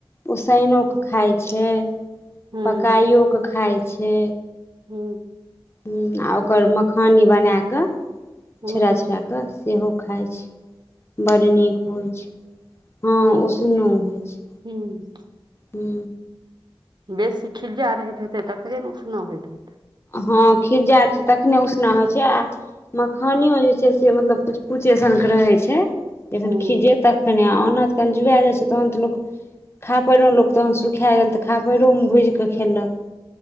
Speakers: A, on the left (about 25°); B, on the right (about 50°).
A: उसैनो के खाइ छै।
B: हुँ
A: पकाइओ कऽ खाइ छै।
B: हू।
A: हं आ ओकर मखानी बना कऽ
B: हुँ
A: छोड़ा छोड़ा कऽ सेहो खाइत छै। बड नीक होइ छै, हँ उसनो
B: से बेसी
A: होइ छै।
B: हूँ
A: हू।
B: बेसी खिलजा रहैत हेतै तकरे ने उसना होइत हेतै।
A: हँ खिज्जा रहै छै तखने उसना होइ छै आ मखानियो जे छै से मतलब कुछ कुछ एसन के रहे छै जखन
B: हूँ
A: खीजे तखन आनत, जखन जुआए जाइ छै तहन तऽ लोक खापैरो लोक तखन सुखा गेल तऽ खापरियोमे भुजि कऽ खेलक।